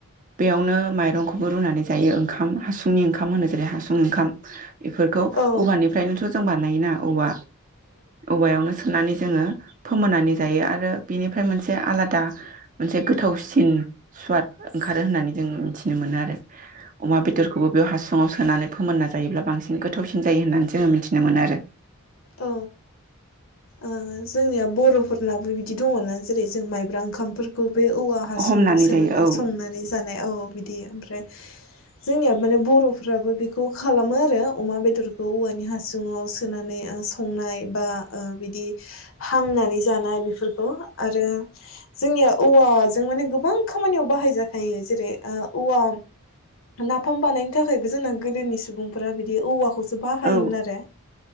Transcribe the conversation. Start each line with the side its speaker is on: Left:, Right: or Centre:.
Right: बेयावनो माइरंखौबो रुनानै जायो ओंखाम हासुंनि ओंखाम होनो जेरै हासुं ओंखाम इफोर
Left: औ
Right: औवानिफ्रायनोथ जों बानायोना औवा औवायावनो सोनानै जोङो फोमोनानै जायो आरो बेनिफ्राय मोनसे आलादा मोनसे गोथावसिन सुवाद ओंखारो होननानै जों मिथिनो मोनो आरो। अमा बेदरखौबो बेयाव हासुङाव सोनानै फोमोनना जायोब्ला बांसिन गो थावसिन जायो होननानै जोङो मिथिनो मोनोआरो।
Left: औ ओ जोंनिया बरफोरनाबो बिदि दङ ना जेरै जों माइब्रा ओंखामफोरखौ बे औवा हासुङाव
Right: हमनानै
Left: सोनानै
Right: जायो औ
Left: संनानै जानाय। औ बिदि आमफ्राय जोंनिया माने बर'फ्राबो बेखौ खालामो आरो अमा बेदरखौ औवानि हासुङाव सोनानै ओ संनाय बा ओ बिदि हांनानै जानाय बेफोरखौ आरो जोंनिया औवाजों माने गोबां खामानियाव बाहायजाखायो जेरै- ओ औवा नाफाम बानायनो थाखायबो जोंना गोदोनि सुबुंफोरा बिदि औवाखौ जे बाहायोमोन
Right: औ
Left: आरो।